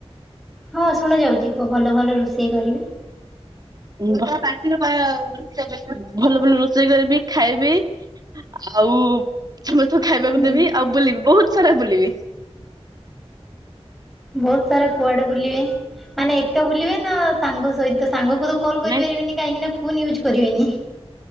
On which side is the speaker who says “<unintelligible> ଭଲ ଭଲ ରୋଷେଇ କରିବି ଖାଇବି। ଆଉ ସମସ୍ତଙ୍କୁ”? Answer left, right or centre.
Right